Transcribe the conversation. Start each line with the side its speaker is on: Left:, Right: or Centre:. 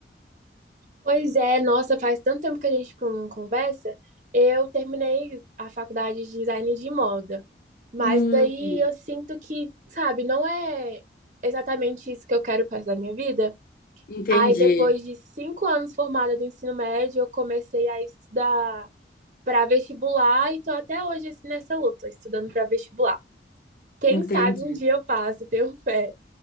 Right: Pois é, nossa, faz tanto tempo que a gente não conversa. Eu terminei a faculdade de design de moda, mas
Left: Hum,
Right: daí eu sinto que, sabe, não é exatamente isso que eu quero para o resto da minha vida.
Left: entendi,
Right: Aí, depois de cinco anos formada do ensino médio, eu comecei a estudar para vestibular e tô até hoje assim, nessa luta, estudando para vestibular. Quem
Left: entendi.
Right: sabe um dia eu passo, tenho fé.